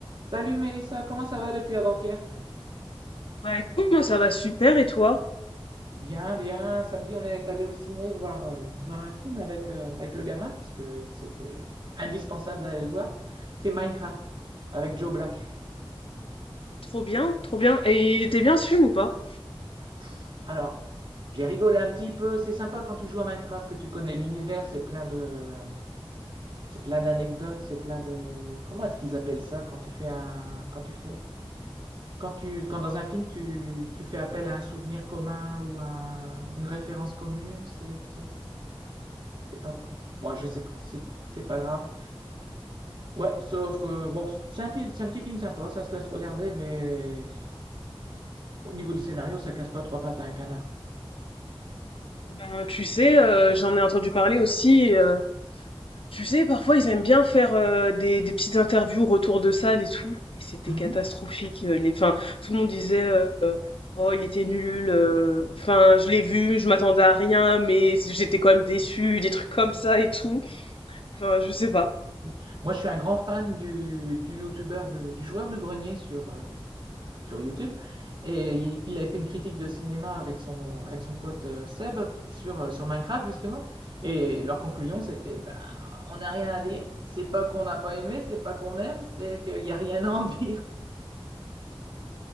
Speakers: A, on the right; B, on the left.
A: Salut Mélissa, comment ça va depuis avant-hier?
B: Bah écoute, moi ça va super et toi?
A: Bien, bien. Samedi, on est allé au ciné voir, euh, voir un film avec, euh, avec le gamin parce que c'était indispensable d'aller le voir. C'est Minecraft avec Joe Black.
B: Trop bien, trop bien. Et il était bien ce film ou pas?
A: Pff, alors, j'ai rigolé un petit peu. C'est sympa quand tu joues à Minecraft que tu connais l'univers. C'est plein de, c'est plein d'anecdotes. C'est plein de. Comment est-ce qu'ils appellent ça quand tu fais un, quand tu fais, quand tu, quand dans un film tu, tu fais appel à un souvenir commun ou à une référence commune. C'est C'est pas. pr- Moi, je sais pas. C'est c'est pas grave. Ouais, sauf que bon, c'est un, film- c'est un petit film sympa, ça se laisse regarder, mais au niveau du scénario, ça casse pas trois pattes à un canard.
B: Ben tu sais, euh, j'en ai entendu parler aussi. euh, tu sais, parfois ils aiment bien faire euh, des, des petites interviews, retour de salle et tout. Et c'était
A: Mhm.
B: catastrophique. euh, les, enfin, tout le monde disait euh, oh il était nul. euh, Enfin, je l'ai vu, je m'attendais à rien, mais j'étais quand même déçue, des trucs comme ça et tout. Enfin, je sais pas.
A: Oui. Moi, je suis un grand fan du, du youtubeur, de- du joueur du grenier sur, euh, sur YouTube. Et il, il avait fait une critique de cinéma avec son, avec son pote euh, Seb sur, euh, sur Minecraft, justement. Et leur conclusion, c'était, bah, on n'a rien à dire. C'est pas qu'on n'a pas aimé, c'est pas qu'on aime, c'est qu'il n'y a rien à en dire.